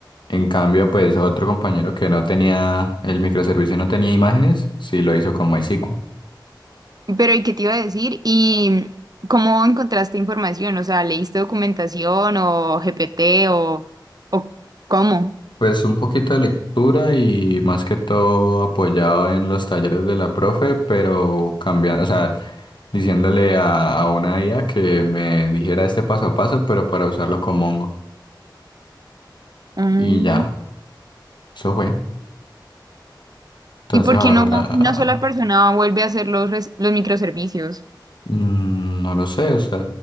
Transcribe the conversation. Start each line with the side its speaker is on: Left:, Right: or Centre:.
Left: En cambio, pues otro compañero que no tenía el microservicio, no tenía imágenes, sí lo hizo con MySQL.
Right: Pero, ¿y qué te iba a decir? ¿Y cómo encontraste información? O sea, ¿leíste documentación o GPT o, o cómo?
Left: Pues un poquito de lectura y más que todo apoyado en los talleres de la profe, pero cambiando, o sea, diciéndole a, a una IA que me dijera este paso a paso, pero para usarlo con Mongo.
Right: Mm.
Left: Y ya, eso fue. Entonces
Right: ¿Y por
Left: ahora,
Right: qué no una sola persona vuelve a hacer los, res- los microservicios?
Left: mm, no lo sé, o sea,